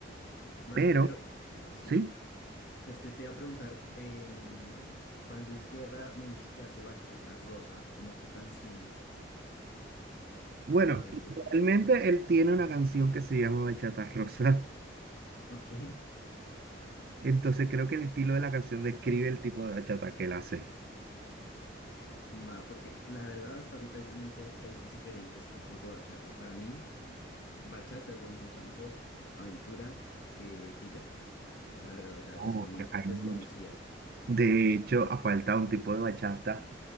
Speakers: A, on the left (about 65°); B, on the right (about 55°).
A: Vale,
B: Pero,
A: pero sí,
B: sí,
A: pues te, te iba a preguntar, em, Juan Luis Guerra me dices que hace bachata rosa, como qué canción?
B: bueno,
A: Como para
B: y
A: yo por...
B: realmente él tiene una canción que se llama Bachata Rosa.
A: Ok,
B: <laughs> Entonces creo que el estilo de la canción describe el tipo de bachata que él hace.
A: va, porque la verdad hasta ahorita yo me entero que hay diferentes tipos de bachata. Para mí, bachata es Romeo Santos, Aventura eh, y ya. La verdad, o sea,
B: Oh,
A: desconoz-
B: hay
A: desconocía.
B: mucho. De hecho, ha faltado un tipo de bachata